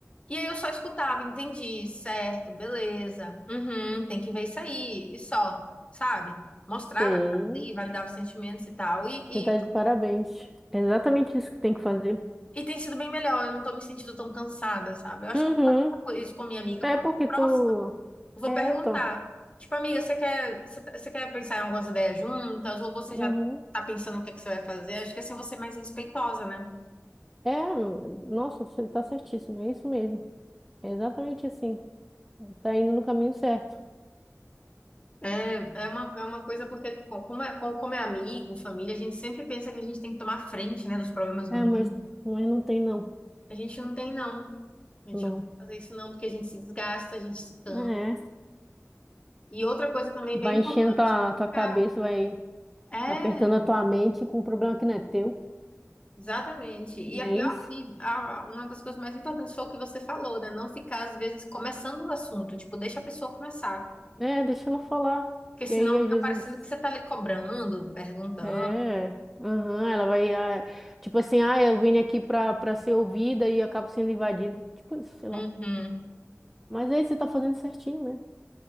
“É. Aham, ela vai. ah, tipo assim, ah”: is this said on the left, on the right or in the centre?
Centre